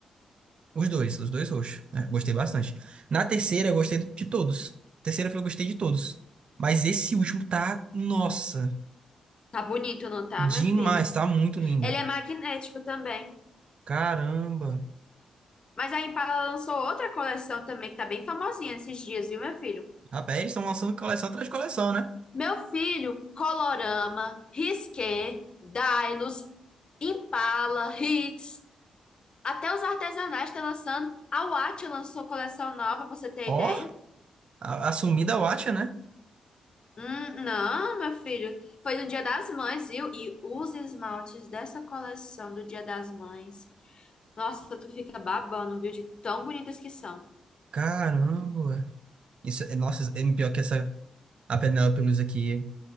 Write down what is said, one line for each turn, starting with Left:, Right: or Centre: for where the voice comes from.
Right: Os dois, os dois roxos, né? Gostei bastante. Na terceira, eu gostei de todos. Terceira fila, eu gostei de todos. Mas esse último tá, nossa,
Left: tá bonito, não tá,
Right: demais,
Left: meu filho?
Right: tá muito lindo.
Left: Ele é magnético também.
Right: Caramba.
Left: Mas a Impala lançou outra coleção também que tá bem famosinha esses dias, viu, meu filho?
Right: Rapaz, eles estão lançando coleção atrás de coleção, né?
Left: Meu filho, Colorama, Risqué, Dailos, Impala, Hits, até os artesanais estão lançando. A Watch lançou coleção nova, pra você ter
Right: Ó,
Left: ideia.
Right: a, a sumida Watcha, né?
Left: Hum, não, meu filho, foi no Dia das Mães, viu? E os esmaltes dessa coleção do Dia das Mães. Nossa, tu fica babando, viu? De tão bonitas que são.
Right: Caramba, Isso, é, nossa, é pior que essa a Penélope Luz aqui